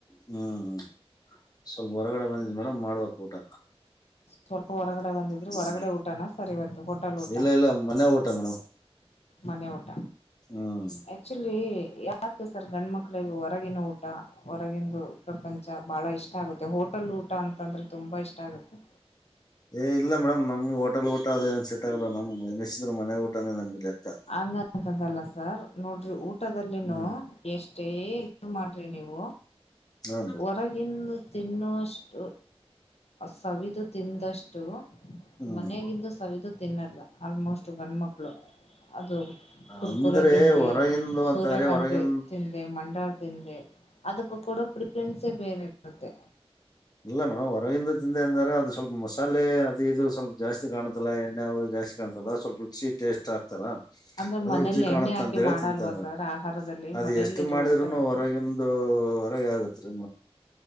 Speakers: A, on the left; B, on the left.
A: ಹ್ಮ್ ಸ್ವಲ್ಪ ಹೊರಗಡೆ ಬಂದಿದೇ ಮೇಡಮ ಮಾಡ್ಬೇಕಕ್ ಊಟ
B: ಸ್ವಲ್ಪ ಹೊರಗಡೆ
A: ಹ್ಮ್
B: ಬಂದಿದ್ರರು ಹೊರಗಡೆ ಊಟನ ಸರಿಯತು ಹೋಟೆಲ್ ಊಟ
A: ಇಲ್ಲ ಇಲ್ಲ ಮನೆ ಊಟ ಮೇಡಂ
B: ಮನೆ ಊಟ.
A: ಹ್ಮ್
B: ಆಕ್ಚುಲಿ ಯಾಕೆ ಸರ್ ಗಂಡು ಮಕ್ಳಿಗೆ ಹೊರಗಿನ ಊಟ ಹೊರಗಂದು ಪ್ರಪಂಚ ಬಹಳ ಇಷ್ಟ ಆಗುತ್ತೆ ಹೋಟಲ್ ಊಟ ಅಂತಂದ್ರೆ ತುಂಬಾ ಇಷ್ಟ ಆಗುತ್ತೆ.
A: ಏ ಇಲ್ಲ ಮೇಡಮ್ ನಮ್ಗೆ ಹೋಟೆಲ್ ಊಟ ಅದ ಏನ್ ಸೆಟ್ ಆಗಲ್ಲ ನಮ್ ನಿಶ್ಚ ಮನೆ ಊಟ ಪಟ್ಟ ತಮ್ಮಲೆಕ್ಕಾ
B: ಹಂಗಂತಂದಲ್ಲ ಸರ್ ನೋಡ್ರಿ ಊಟದಲ್ಲಿನು
A: ಹ್ಮ್
B: ಎಷ್ಟೇ ಇ ಮಾಡ್ರಿ ನೀವು
A: ಹೌ
B: ಹೊರಗೆ ತಿನ್ನುವಷ್ಟು ಸವಿದು ತಿಂದಷ್ಟು
A: ಹ್ಮ್
B: ಮನೆಗಿಂದು ಸವಿದು ತಿನ್ನಲ್ಲ ಆಲ್ಮೋಸ್ಟ್ ಗಂಡ ಮಕ್ಳು ಅದು ಕುರ್ಕುರೆ
A: ಅಂದ್ರೆ
B: ತಿಿಂದೆ
A: ಹೊರಗಿಂದು
B: ಸೂರ್ಯಕಾಂತ
A: ಅಂತಂದ್ರೆ ಹೊರಗಿನ್
B: ತಿಿಂದ ಮಂಡಳ ತಿಿಂದೆ ಅದಕ್ಕ ಕೊಡೋ ಪ್ರಿಫರೆನ್ಸೇ ಬೇರೆ ಇರುತ್ತೆ
A: ಇಲ್ಲ ಮೇಡಮ್ ಹೊರಗಿಂದ ತಿಂದ ಅಂದ್ರ ಅದು ಸ್ವಲ್ಪ ಮಸಾಲೆ ಅದು ಇದು ಸ್ವಲ್ಪ ಜಾಸ್ತಿ ಕಾಣುತ್ತಲ್ಲ ಎಣ್ಣೆವು ಜಾಸ್ತಿ ಂತಲ್ಲ ಸ್ವಲ್ಪ ರುಚಿ ಟೇಸ್ಟ್ ಆಗ್ತಾರ
B: ಅಂದ್ರೆ
A: ಅದು
B: ಮನೇಲಿ
A: ರುಚಿ ಕಾಣುತ್ತ
B: ಎಣ್ಣೆ ಹಾಕಿ
A: ಅಂತೇಳಿ
B: ಮಾಡಲ್ವಾ
A: ತಿಂತಾರ
B: ಸರ್ ಆಹಾರದಲ್ಲಿ
A: ಅದ
B: ಮನೆಯಲ್ಲಿರೋ
A: ಎಷ್ಟು ಮಾಡಿದ್ರುನು
B: ಊಟದಲ್ಲಿ
A: ಹೊರಗಿನ ಅದು ಹೊರಗೆ ಆಗತ್ ರರಿ